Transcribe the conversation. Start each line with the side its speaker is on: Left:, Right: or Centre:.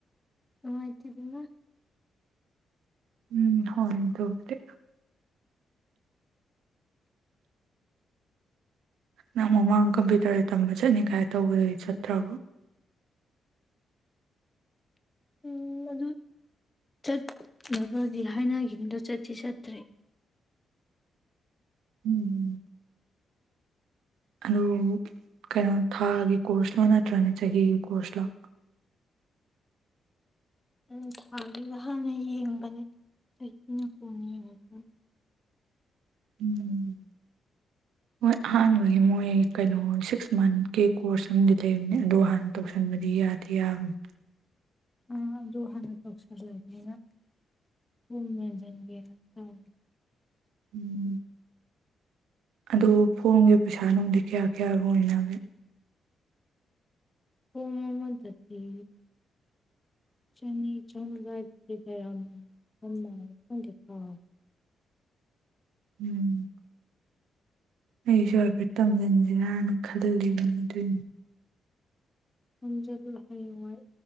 Left: ꯅꯨꯡꯉꯥꯏꯇꯦꯗꯅ
Right: ꯎꯝ ꯍꯣꯏ ꯑꯗꯨꯕꯨꯗꯤ ꯃꯃꯥꯡ ꯀꯝꯄ꯭ꯌꯨꯇꯔ ꯇꯝꯕ ꯆꯠꯅꯤ ꯀꯥꯏ ꯇꯧꯕꯗꯨꯗꯤ ꯆꯠꯇ꯭ꯔꯕꯣ
Left: ꯎꯝ ꯑꯗꯨ ꯆꯠꯅꯕꯗꯤ ꯍꯥꯏꯅꯈꯤꯕꯗꯣ ꯆꯠꯇꯤ ꯆꯠꯇ꯭ꯔꯦ
Right: ꯎꯝ ꯑꯗꯨ ꯀꯩꯅꯣ ꯊꯥꯒꯤ ꯀꯣꯔꯁꯂꯣ ꯅꯠꯇ꯭ꯔꯅ ꯆꯍꯤꯒꯤ ꯀꯣꯔꯁꯂꯣ
Left: ꯎꯝ ꯊꯥꯒꯤ ꯍꯥꯟꯅ ꯌꯦꯡꯕꯅꯦ ꯆꯍꯤꯅ ꯀꯣꯟꯅ ꯌꯦꯡꯉꯄ
Right: ꯎꯝ ꯍꯣꯏ ꯑꯍꯥꯟꯕꯒꯤ ꯃꯣꯏ ꯀꯩꯅꯣ ꯁꯤꯛꯁ ꯃꯟꯠꯀꯤ ꯀꯣꯔꯁ ꯑꯃꯗꯤ ꯂꯩꯕꯅꯦ ꯑꯗꯨ ꯍꯥꯟꯅ ꯇꯧꯁꯟꯕꯗꯤ ꯌꯥꯏ ꯌꯕꯅꯦ
Left: ꯑ ꯑꯗꯨ ꯍꯥꯟꯅ ꯇꯧꯁꯤꯜꯂꯒꯦꯅ ꯐꯣꯝ ꯃꯦꯟꯖꯤꯟꯒꯦꯅ ꯇꯧꯔꯤ
Right: <inaudible> ꯑꯗꯨ ꯐꯣꯝꯒꯤ ꯄꯩꯁꯥ ꯅꯨꯡꯗꯤ ꯀꯌꯥ ꯀꯌꯥ ꯑꯣꯏꯅꯒꯦ
Left: ꯐꯣꯝ ꯑꯃꯗꯗꯤ ꯆꯅꯤ ꯆꯍꯨꯝ ꯑꯗꯥꯏꯗꯗꯤ ꯂꯩꯔꯃꯗꯧ ꯃꯥꯜꯂꯦ ꯈꯪꯗꯦ ꯀꯥꯎꯔꯦ
Right: <inaudible> ꯑꯩꯁꯨ ꯍꯥꯏꯐꯦꯠ ꯇꯝꯁꯤꯟꯁꯤꯔꯥꯅ ꯈꯜꯂꯤꯕꯅꯤ ꯑꯗꯨꯏꯅꯦ
Left: ꯇꯝꯖꯤꯜꯂꯣ ꯍꯥꯌꯦꯡꯋꯥꯏ